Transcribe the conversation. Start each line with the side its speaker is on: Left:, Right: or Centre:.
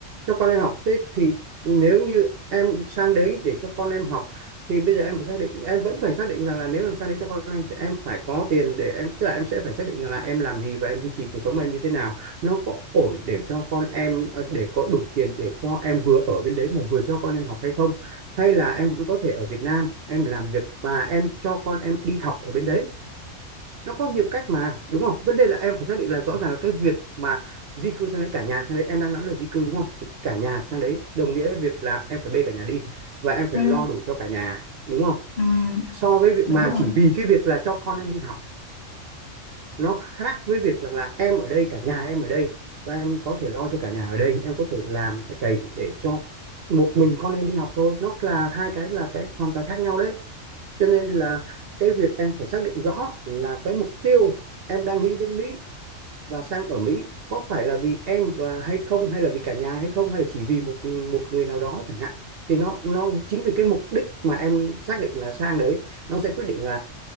Right: Cho con em học. Thế thì nếu như em sang đấy để cho con em học thì bây giờ em phải xác định em vẫn phải xác định rằng là nếu em sang đấy cho con em thì em phải có tiền để em tức là em sẽ phải xác định rằng là em làm gì và em duy trì cuộc sống em như thế nào nó có ổn để cho con em ờ, để có đủ tiền để cho em vừa ở bên đấy mà vừa cho con em học hay không hay là em cũng có thể ở Việt Nam em làm việc và em cho con em đi học ở bên đấy nó có nhiều cách mà đúng không vấn đề là em phải xác định là rõ ràng là cái việc mà di cư sang đấy cả nhà sang đấy em đang nói là di cư đúng không thì cả nhà sang đấy đồng nghĩa với việc là em phải bê cả nhà đi và em phải
Left: ừ.
Right: lo đủ cho cả nhà đúng không
Left: Ừ,
Right: so với việc
Left: đúng
Right: mà
Left: rồi.
Right: chỉ vì cái việc là cho con em đi học nó khác với việc rằng là em ở đây cả nhà em ở đây và em có thể lo cho cả nhà ở đây em có thể làm cái cày để cho một mình con em đi học thôi nó là hai cái là cái hoàn toàn khác nhau đấy cho nên là cái việc em phải xác định rõ là cái mục tiêu em đang nghĩ đến Mỹ và sang ở Mỹ có phải là vì em và hay không hay là vì cả nhà hay không hay là chỉ vì một một người nào đó chẳng hạn thì nó nó chính vì cái mục đích mà em xác định là sang đấy nó sẽ quyết định là